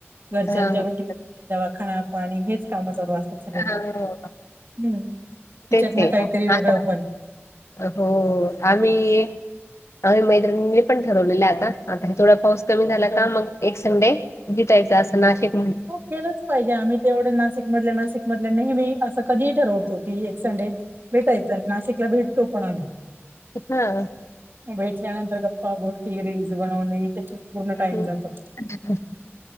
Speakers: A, on the right (about 45°); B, on the left (about 80°).
A: घरच्यांच्या
B: हां
A: रुटीन दवाखान्यात पाणी, हेच काम चालू असतात सगळे,
B: हां
A: हम्म. तिच्यात
B: तेच आहे
A: ना काहीतरी वेगळं
B: आता
A: पण
B: हो आम्ही, आम्ही मैत्रिणीनी पण ठरवल आता. आता हे थोडा पाऊस कमी झाला का मग, एक संडे भेटायचा असं नाशिक
A: हो केलंच पाहिजे आम्ही तेवढे नाशिक मधल्या, नाशिक मधल्या नेहमी असं कधीही ठरवतो की, एक संडे भेटायच. नाशिकला भेटतो पण आम्ही,
B: हां
A: भेटल्यानंतर प्पा, गोष्टी, रीलस बनवणे, ह्याच्यात पूर्ण
B: हम्म
A: टाइम जातो.
B: <unintelligible>